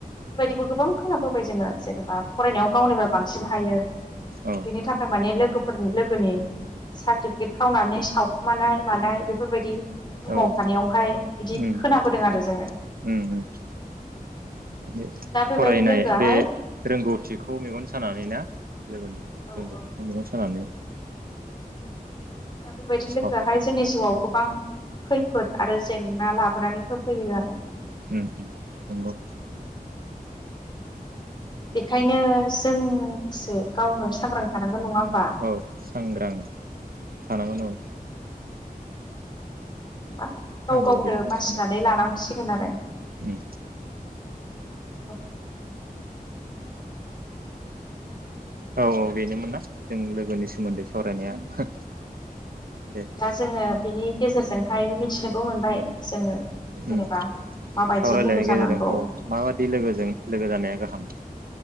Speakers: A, on the left; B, on the right.
A: बेबायदिबो गोबां खोनाबोबाय जोङो जेनेबा फरायनायाव गावनिबो बांसिन हायो बिनि
B: औ
A: थाखाय माने लोगो फोर लोगोनि सार्टिफिकेट खावनानै सावखुमानाय मानाय बेफोरबायदि रुमाव
B: औ ओम
A: थानायावहाय बिदि
B: ओम
A: खोनाबोदों आरो जोङो
B: ओम माने
A: दा बेबायदि
B: फरायनाय
A: लोगोआहाय
B: बे रोंगौथिखौ
A: औ
B: मेगन सानानै ना? लोगोनि
A: औ
B: रोंग'थिखौ मेगन सानानै
A: दा बेबायदि
B: साव
A: लोगोआहाय जोंनि जिउआव गोबां खैफोद आरो जेंना लाबोनानै होफैयो आरो
B: ओम ओम नंगौ
A: बेखायनो जोंसो गावनो सांग्रां था नांगोन नङा होमबा?
B: औ सांग्रां थानांगोन औ
A: जेनेबा गाव
B: आंबो
A: गावनो
B: बेखौनो
A: बासिनानै
B: सानो
A: लानांसिगोन आरो
B: उम
A: औ।
B: औ औ बेनोमोन ना जों लोगोनि सोमोन्दै सावरायनाया। दे
A: दा जोङो बिनि गेजेरजोंहाय मिथिनोबो मोनबाय जोङो जेनेबा
B: ओम
A: माबायदिजों
B: सावरायलायनायनि
A: लोगो जानांगौ
B: गेजेरजों औ माबादि लोगोजों लोगो जानाया गाहाम